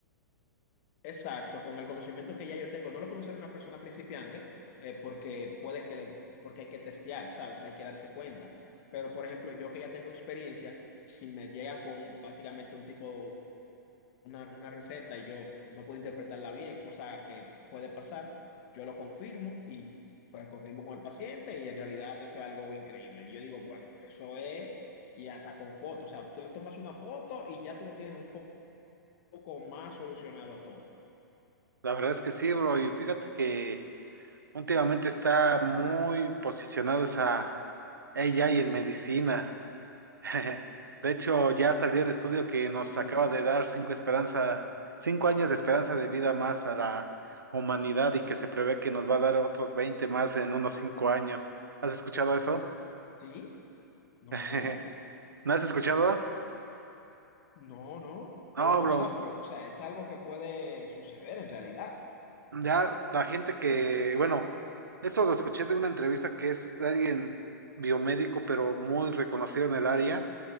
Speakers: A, on the left (about 45°); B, on the right (about 85°).
A: Exacto, con el conocimiento que ya yo tengo, no lo puede usar una persona principiante eh, porque puede que le, porque hay que testear, ¿sabes? Hay que darse cuenta. Pero, por ejemplo, yo que ya tengo experiencia, si me llegan con un- básicamente un tipo una, una receta y yo no puedo interpretarla bien, cosa que puede pasar, yo lo confirmo y pues confirmo con el paciente y en realidad eso es algo increíble. Y Yo digo, bueno, pues eso es, y hasta con fotos, o sea, tú le tomas una foto y ya tú lo tienes un po- poco más solucionado a todo.
B: La verdad es que sí, bro. Y fíjate que últimamente está muy posicionado esa AI en medicina. <laughs> De hecho, ya salió el estudio que nos
A: Sí,
B: acaba de dar cinco esperanza, cinco años de esperanza de vida más a la humanidad y que se prevé que nos va a dar otros 20 más en unos cinco años. ¿Has escuchado eso?
A: sí, no,
B: <laughs> ¿No has escuchado?
A: no, no, pero
B: No,
A: o
B: bro.
A: sea, pero o sea, es algo que puede suceder en realidad,
B: Ya la gente que, bueno, eso lo escuché de una entrevista que es de alguien biomédico, pero muy reconocido en el área,